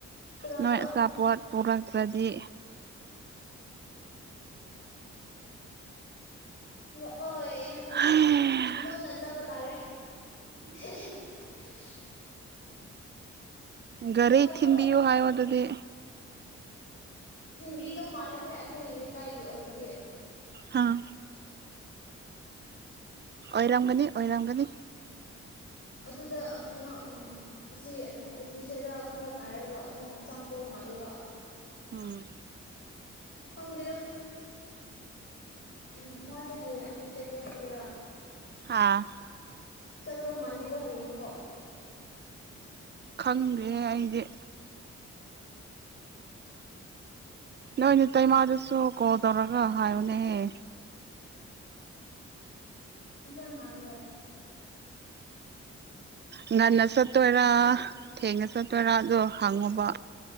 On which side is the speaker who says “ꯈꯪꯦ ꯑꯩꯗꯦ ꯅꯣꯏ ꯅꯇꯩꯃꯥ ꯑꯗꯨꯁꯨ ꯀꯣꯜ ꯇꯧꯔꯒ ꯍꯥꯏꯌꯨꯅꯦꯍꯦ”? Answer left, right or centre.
Right